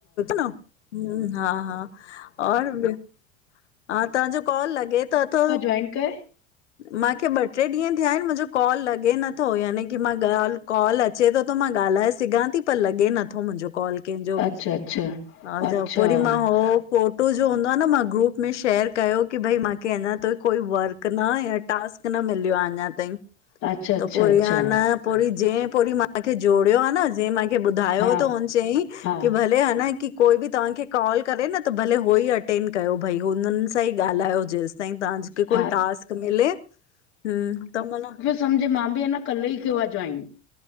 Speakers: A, on the left (about 80°); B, on the left (about 50°).
A: न हा हा और <inaudible> हा तांजो कॉल लॻे त थो।
B: वणकर <inaudible>
A: मांखे ॿ ट्रे ॾींहं थिया आहिनि मुंजो कॉल लॻे नथो यानी की मां ॻाल्हि कॉल अच अचे तो त मां ॻाल्हाए सघां ती पर लॻे नथो मुंहिंजो कॉल। कंहिंजो बि
B: अच्छा अच्छा
A: हा
B: अच्छा
A: जा पो वरी मां हो फोटो जो हूंदो आ न मां ग्रूप में शेयर कयो की भई मांखे अञा ताईं कोई वर्क त मां या टास्क न मिलयो आ अञा ताईं
B: अच्छा अच्छा
A: त पो
B: अच्छा
A: इयं आ न पोड़ी जें पोड़ी मांखे जोड़ियो आ न जें मांखे ॿुधायो
B: हा
A: त हुन चयई
B: हा
A: की भल भले हा न की कोई बि तव्हांखे कॉल करे न त भले हो ई अटेंड कयो भई हुननि सां ई ॻाल्हायो जेसि ताई तव्हांखे कोई
B: हा
A: टास्क मिले हम्म- त माना
B: सम्झ मां बि आ न कल्ह ई कयो आ जॉइन।